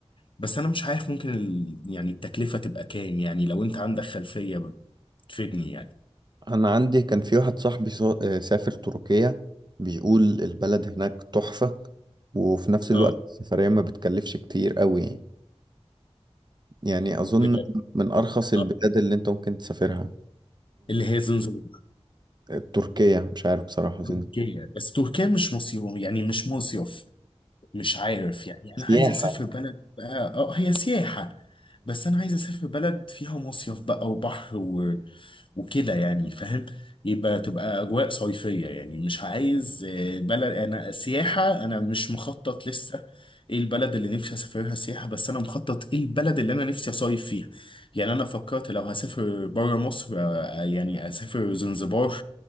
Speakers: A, on the left (about 50°); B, on the right (about 40°).
A: بس انا مش عارف ممكن ال- يعني التكلفه تبقى كام يعني لو انت عندك خلفيه تفيدني يعني
B: انا عندي كان في واحد صاحبي سا- آه، سافر تركيا بيقول البلد هناك تحفة وفي نفس الوقت
A: اه
B: السفرية ما بتكلفش كتير قوي يعني يعني اظن
A: بجد
B: من ارخص البلاد
A: اه
B: اللي انت ممكن تسافرها
A: اللي هي زنزبار
B: وتركيا مش عارف بصراحة زين-
A: تركيا بس تركيا مش مصيف يعني مش مصيف مش عارف يعني
B: سياحة
A: انا عايز اسافر بلد بقى اه هي سياحة بس انا عايز اسافر بلد فيها مصيف بقى وبحر و... وكده يعني فاهم يبقى تبقى اجواء صيفية يعني مش عايز آه، بلد انا سياحة انا مش مخطط لسه ايه البلد اللي نفسي اسافرها سياحة بس انا مخطط ايه البلد اللي انا نفسي اصيف فيها يعني انا فكرت لو هسافر بره مصر آه، آه، يعني اسافر زنزبار